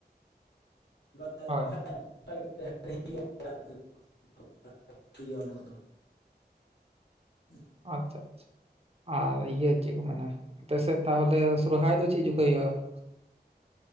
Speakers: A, on the left (about 85°); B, on the right (about 35°).
A: <inaudible>
B: ᱦᱳᱭ
A: ᱦᱩᱸ <inaudible>
B: ᱟᱪᱷᱟ ᱟᱪᱷᱟ ᱟᱨ ᱤᱭᱟᱹ ᱪᱮᱫ ᱠᱚ ᱢᱮᱱᱟ ᱟᱯᱮ ᱥᱮᱫ ᱛᱟᱦᱚᱞᱮ ᱥᱚᱨᱚᱦᱟᱭ ᱫᱚ ᱪᱮᱫ ᱡᱚᱠᱷᱮᱡ ᱦᱩᱭᱩᱜᱼᱟ ᱾